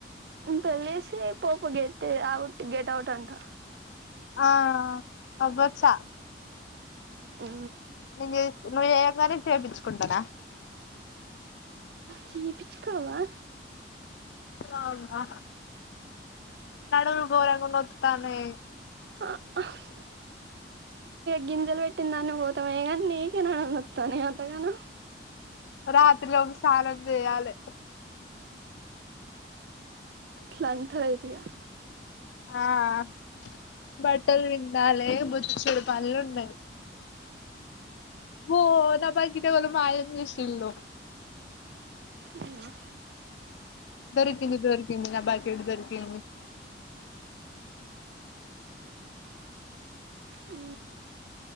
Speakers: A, on the right (about 65°); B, on the left (about 80°).
A: పెళ్లేజేసి పో పో గెట్ అవుట్ గెట్ అవుట్ అంట.
B: ఆ అబ్బ చా
A: ఉ
B: నేను చే నువ్వు ఏయంగానే చేపించుకుంటనా
A: చెపిచ్ కోవా
B: అవునా నడుములు గోరంగానొతనయి
A: ఆఆ హ్ గింజలు పెట్టిందాన్ని పోతమాయే గాని నీకే నడుములు నొత్తనయా అంత గానం
B: రాత్రి లోపు సానం చేయాలే
A: ఫ్లాంటరైదియా <unintelligible>
B: ఆహ్ బట్టలు పిండాలె బొచ్చెడు పనులు ఉన్నాయి. ఓ నా బకిట్ ఎవలో మాయం జేసిల్లు
A: హ్
B: దొరికింది దొరికింది నా బకెట్ దొరికింది.
A: ఊ